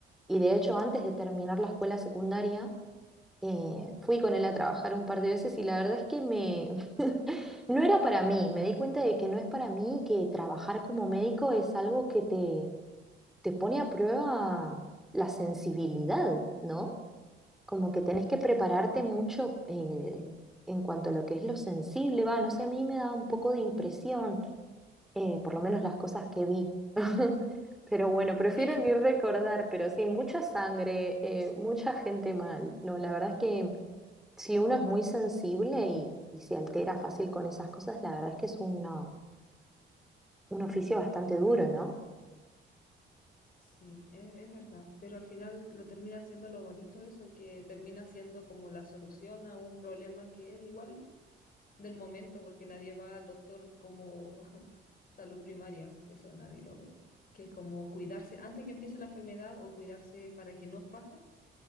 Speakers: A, in the centre; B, on the left.
A: y de hecho antes de terminar la escuela secundaria eh, fui con él a trabajar un par de veces y la verdad es que me <laughs> no era para mí, me di cuenta de que no es para mí, que trabajar como médico es algo que te, te pone a prueba la sensibilidad, ¿no? como que
B: Claro.
A: tenés que prepararte mucho eh, en cuanto a lo que es lo sensible, va, no sé, a mí me da un poco de impresión, eh, por lo menos las cosas que vi. <laughs> Pero bueno, prefiero
B: <laughs>
A: ni recordar, pero sí, mucha sangre, eh, mucha gente mal. No, la verdad es que si uno es muy sensible y, y se altera fácil con esas cosas, la verdad es que es una- un oficio bastante duro, ¿no?
B: Sí, es, es verdad. Pero al final lo termina siendo lo bonito eso, que termina siendo como la solución a un problema que es igual del momento, porque nadie va al doctor como <laughs> salud primaria. Eso nadie lo ve. Que es como cuidarse antes que empiece la enfermedad o cuidarse para que no pase.